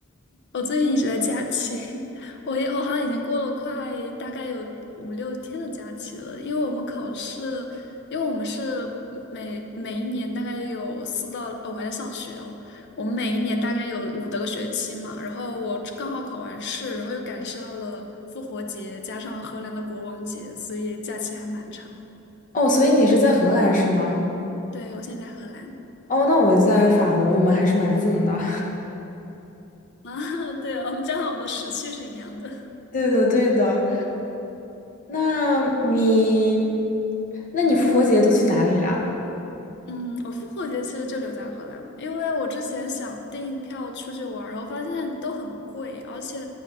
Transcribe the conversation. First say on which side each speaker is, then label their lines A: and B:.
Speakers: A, on the left; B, on the left.
A: 我最近一直在假期，<laughs> 我也我好像已经过了快大概有五六天的假期了，因为我们考试，因为我们是每每一年大概有四到，哦，我还在上学哦，我们每一年大概有五的个学期嘛，然后我刚好考完试，然后又赶上了复活节，加上荷兰的国王节，所以假期还蛮长。
B: 哦，所以你是在荷兰是吗？
A: 对，我现在在荷兰
B: 哦，那我在法国，我们还是蛮近的。
A: <laughs> 啊，对，我们加上我们的时区是一样的。
B: <laughs> 对的，对的。那你，那你复活节都去哪里了？
A: 嗯，我复活节其实就留在荷兰了，因为我之前想订票出去玩儿然后发现都很贵，而且